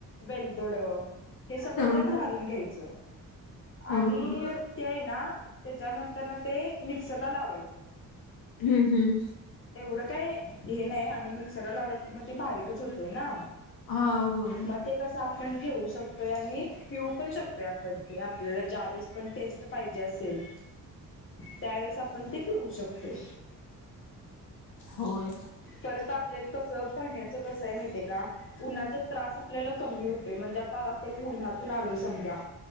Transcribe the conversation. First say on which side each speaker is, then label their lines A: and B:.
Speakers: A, on the left (about 35°); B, on the left (about 85°).
A: वेलदोड हे सगळं
B: हा हा. हा
A: त्यात
B: हा
A: घालून घ्यायचं
B: हम्म
A: आणि ते आहे ना त्याच्यानंतर ना ते मिक्सरला लावायचं जा
B: हम्म हम्म
A: एवढं काय हे नाही मी मिक्सर लावलात की मग बारीक छोटे ना
B: हा होय
A: मग ते कस आपण ठेवू शक य आणि पिऊ पण शकतोय आपण ते आपल्याला ज्यावेेळेस पण टेस्ट पाहिजे असेल त्यावेेळेस आपण ते पिऊ शकतोय
B: होय
A: परत आपल्याला कसं पन्ह्याच कसं आहे माहिती आहे का उन्हाचा त्रास आपल्याला कमी हो तोय म्हणजे आता आपण उन्हातून आलो समजा